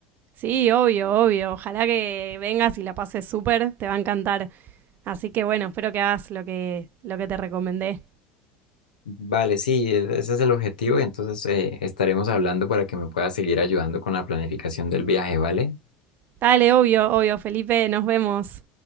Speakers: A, on the right; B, on the left.
A: Sí, obvio, obvio, ojalá que vengas y la pases súper, te va a encantar. Así que bueno, espero que hagas lo que, lo que te recomendé.
B: Vale, sí, e- ese es el objetivo y entonces eh, estaremos hablando para que me puedas seguir ayudando con la planificación del viaje, ¿vale?
A: Dale, obvio, obvio, Felipe, nos vemos.